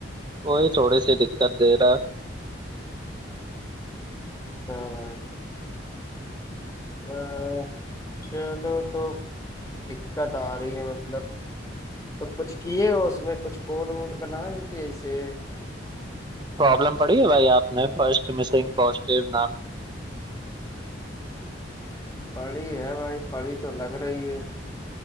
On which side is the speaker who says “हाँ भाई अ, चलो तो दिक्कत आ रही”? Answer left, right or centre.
Left